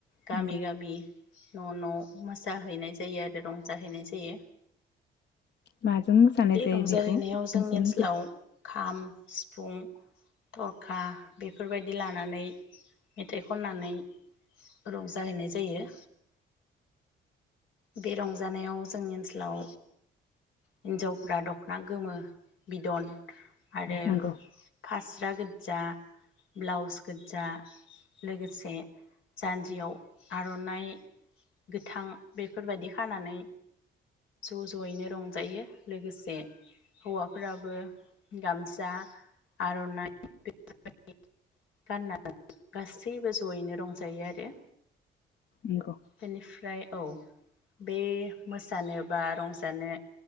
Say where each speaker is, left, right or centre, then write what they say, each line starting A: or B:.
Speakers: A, on the left; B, on the left.
A: गामि
B: नंगौ
A: गामि न' न' मोसाहैनाय जायो आरो रंजाहैनाय जायो।
B: माजों मोसानाय
A: बे
B: जायो
A: रंजाहैनायाव
B: बेखौ
A: जोंनि
B: नोंसोरनि
A: ओनसोलाव खाम सिफुं थरखा बेफोरबायदि लानो मेथाइ खननानै रंजाहैनाय जायो। बे रंजानायाव जोंनि ओनसोलाव हिनजावफ्रा दख'ना गोमो बिदन आरो
B: नंगौ
A: फास्रा गोजा ब्लाउस गोजा लोगोसे जान्जियाव आर'नाइ गोथां बेफोरबायदि खानानै ज' ज'यैनो रंजायो लोगोसे हौवाफोराबो गामसा आर'नाइ बेफोरबायदि गाननानै गासैबो जयैनो रंजायो आरो
B: नंगौ
A: बेनिफ्राय औ बे मोसानो बा रंजानो